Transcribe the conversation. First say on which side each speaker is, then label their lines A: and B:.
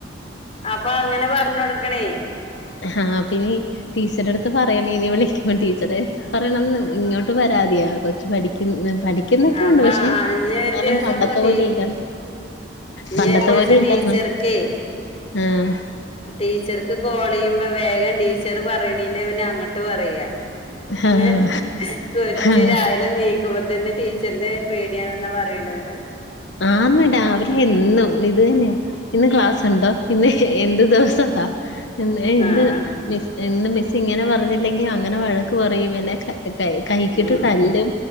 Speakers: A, on the left (about 35°); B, on the left (about 80°).
A: അപ്പങ്ങനെ പർഞ്ഞൊടുക്കണെയ്.
B: ഹാ പിന്നീ ടീച്ചറെട്ത്ത് പറയ്ണിനി വിളിക്കുമ്പോ ടീച്ചറെ. പറയണന്ന് ഇങ്ങോട്ട് പരാത്യ കൊച്ച് പഠിക്ക പഠി ക്കുന്നൊക്ക്യൊണ്ട്
A: അപ്പൊ
B: പഷെ
A: ഇനി
B: ഇന്നാലും
A: ഒരു ദിവസം
B: പണ്ടത്തെ
A: ടീ
B: പോലെ ഇല്ല.
A: ഇനി
B: പണ്ടത്തെ
A: ഒരു ദിവസം
B: പോലെ ഇല്ലാന്ന്
A: ടീച്ചർക്കേ
B: ആഹ്
A: ടീച്ചർക്ക് കോളെയ്യുമ്പം വേഗം ടീച്ചറ് പറയ്ണേന്റെ മുന്നെ അങ്ങട്ട് പറയ.
B: ആഹ്
A: ഏഹ് കൊച്ച്
B: ആഹ്
A: രാവിലെ നീ ക്കുമ്പ തന്നെ ടീച്ചർനെ പേട്യാണ് ന്ന പറയ്ണേന്ന്.
B: ആന്ന് രാവ് ലെ എന്നും ഇതെന്ന്യാ ഇന്ന് ക്ലാസ്സിണ്ടോ ഇന്ന് എന്ത് ദിവസവാ? ഇന്ന് ഏഹ്
A: ആഹ്
B: മിസ് ഇന്ന് മിസ് ഇങ്ങനെ പറഞ്ഞില്ലെങ്കി അങ്ങനെ വഴക്ക് പറയും എന്നെ ക കൈ കൈക്കിട്ട്
A: ഉം
B: തല്ലും